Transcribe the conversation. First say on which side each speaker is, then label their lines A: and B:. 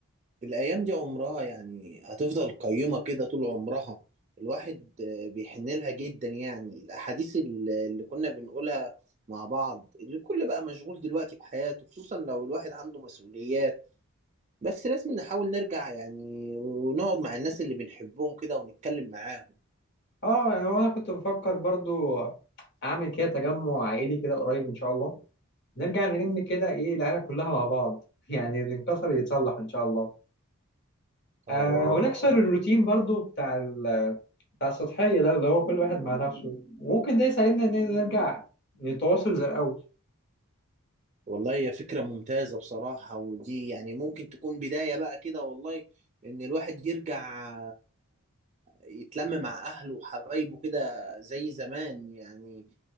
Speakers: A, on the right (about 30°); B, on the left (about 50°).
A: الأيام دي عمرها يعني هتفضل قيمة كده طول عمرها الواحد آه، بيحن لها جدا يعني الأحاديث اللي اللي كنا بنقولها مع بعض اللي الكل بقى مشغول دلوقتي بحياته خصوصا لو الواحد عنده مسؤوليات بس لازم نحاول نرجع يعني ونقعد مع الناس اللي بنحبهم كده ونتكلم معاهم
B: اه يعني هو انا كنت بفكر برضو اعمل كده تجمع عائلي كده قريب ان شاء الله نرجع نلم كده ايه العيله كلها مع بعض <laughs> يعني اللي انكسر يتصلح ان شاء الله
A: اه
B: آه
A: والله
B: ونكسر الروتين برضو بتاع ال- بتاع السطحيه ده اللي هو كل واحد مع نفسه وممكن ده يساعدنا ان نرجع نتواصل زي الاول
A: والله هي فكرة ممتازة بصراحة ودي يعني ممكن تكون بداية بقى كده والله إن الواحد يرجع يتلم مع أهله وحبايبه كده زي زمان يعني